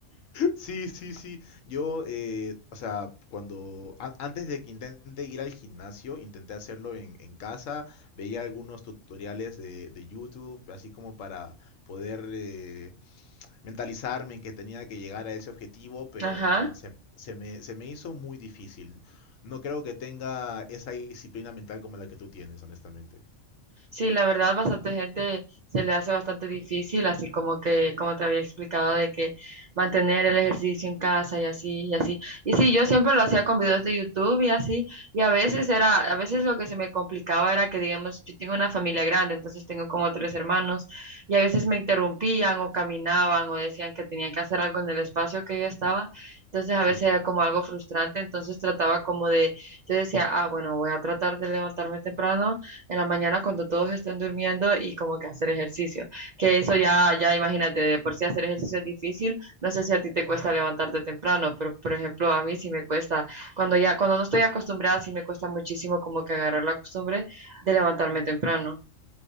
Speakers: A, on the left; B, on the right.
A: Sí, sí, sí. Yo, eh, o sea, cuando a- antes de que intente ir al gimnasio, intenté hacerlo en, en casa, veía algunos tutoriales de, de YouTube, así como para poder eh, mentalizarme en que tenía que llegar a ese objetivo, pero
B: <laughs> Ajá.
A: no, se, se me, se me hizo muy difícil. No creo que tenga esa disciplina mental como la que tú tienes, honestamente.
B: Sí, la verdad, bastante gente se le hace bastante difícil, así como que, como te había explicado, de que mantener el ejercicio en casa y así, y así. Y sí, yo siempre lo hacía con videos de YouTube y así, y a veces era, a veces lo que se me complicaba era que, digamos, yo tengo una familia grande, entonces tengo como tres hermanos, y a veces me interrumpían o caminaban o decían que tenía que hacer algo en el espacio que yo estaba, entonces a
A: Sí.
B: veces era como algo frustrante, entonces trataba como de, yo decía, ah, bueno, voy a tratar de levantarme temprano en la mañana cuando todos estén durmiendo y como que hacer ejercicio. Que eso ya, ya imagínate, de por sí hacer ejercicio es difícil. No sé si a ti te cuesta levantarte temprano, pero por ejemplo a mí sí me cuesta, cuando ya, cuando no estoy acostumbrada, sí me cuesta muchísimo como que agarrar la costumbre de levantarme temprano.